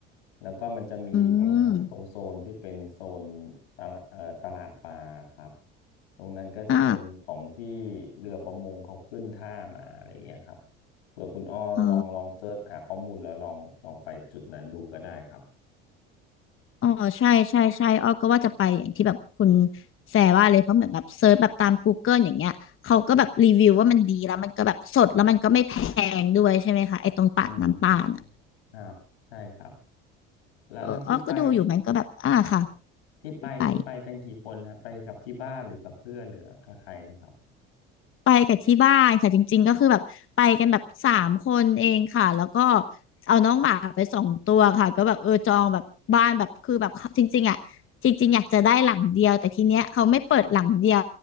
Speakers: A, on the left; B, on the left.
A: แล้วก็มันจะมีตรงตรงโซนที่เป็นโซน
B: อืม
A: ตลาดเอ่อตลาดปลาครับตรงนั้นก็จะเป็นของที่
B: อ่า
A: เรือประมงเขาขึ้นท่ามาอะไรอย่างเงี้ยครับ เผื่อคุณอ้อลองลองเสิร์ชหาข้อมูลแล้วลองลองไปจุดนั้นดูก็ได้ครับ
B: อ๋ออ๋อใช่ใช่ใช่อ้อก็ว่าจะไปอย่างที่แบบคุณแฟร์ว่าเลยเพราะเหมือนแบบเซิร์ชแบบตาม Google อย่างเงี้ยเขาก็แบบรีวิวว่ามันดีแล้วมันก็แบบสดแล้วมันก็ไม่แพงด้วยใช่ไหมคะไอ้ตรงปากน้ำปาน่ะ
A: อืมครับใช่ครับแล้วแล้วที่ไป
B: เอออ้อก็ดูอยู่มันก็แบบ อ่าค่ะ
A: ที่ไปนี่ไปกันกี่คนฮะไปกับที่บ้านหรือกับเพื่อนหรือกับใครนะครับ
B: ที่ไปไปกับที่บ้านค่ะจริงๆก็คือแบบไปกันแบบสามคนเองค่ะแล้วก็เอาน้องหมาไปสองตัวค่ะก็แบบเออจองแบบบ้านแบบคือแบบจริงๆอ่ะจริงๆอยากจะได้หลังเดียวแต่ทีเนี้ยเขาไม่เปิดหลังเดียว